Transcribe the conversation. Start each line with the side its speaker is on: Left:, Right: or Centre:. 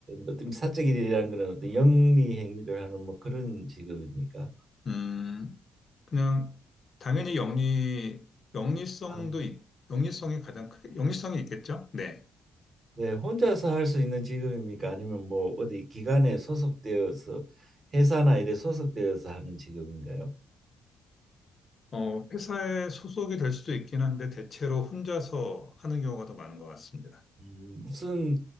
Right: 어떤 사적인 일이라는 거는 어떤 영리 행위를 하는 뭐 그런 직업입니까?
Left: 음, 그냥, 당연히 영리, 영리성도,
Right: 아,
Left: 있- 영리성이 가장 크게, 영리성이 있겠죠? 네.
Right: 네, 혼자서 할 수 있는 직업입니까? 아니면 뭐 어디 기관에 소속되어서 회사나 일에 소속되어서 하는 직업인가요?
Left: 어, 회사에 소속이 될 수도 있긴 한데, 대체로 혼자서 하는 경우가 더 많은 것 같습니다.
Right: 음, 무슨